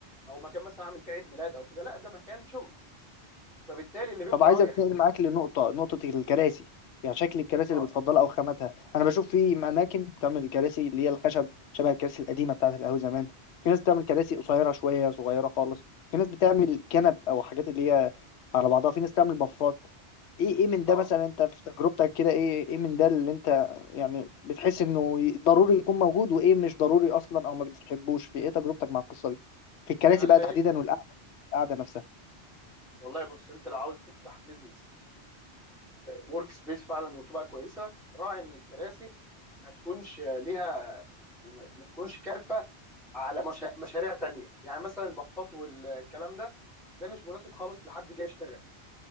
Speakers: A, in the centre; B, on the left.
A: او مكان مثلا اعمل فيه عيد ميلاد او كده لا ده مكان شغل فبالتالي اللي بيبقى
B: طب عايز
A: رايح
B: اتنقل معاك لنقطة نقطة الكراسي يعني شكل الكراسي
A: اه
B: اللي بتفضلها أو خاماتها أنا بشوف في أماكن بتعمل الكراسي اللي هي الخشب شبه الكراسي القديمة بتاعة القهوة زمان في ناس بتعمل كراسي قصيرة شوية صغيرة خالص في ناس بتعمل كنب أو حاجات اللي هي على بعضها في ناس تعمل بفات إيه إيه من
A: اه
B: ده مثلا أنت في تجربتك كده إيه إيه من ده اللي أنت يعني بتحس إنه ي- ضروري يكون موجود وإيه مش ضروري أصلا أو ما بتحبوش في إيه تجربتك مع القصة دي في الكراسي
A: انا شايف
B: بقى تحديدا والقعدة القعدة نفسها
A: والله بص انت لو عاوز تفتح بيزنس ورك سبيس فعلا وتبقى كويسه راعي ان الكراسي ما تكونش ليها يعني ما ما تكونش كارفه على مشا... مشاريع تانية يعني مثلا البفات والكلام ده ده مش مناسب خالص لحد جاي يشتغل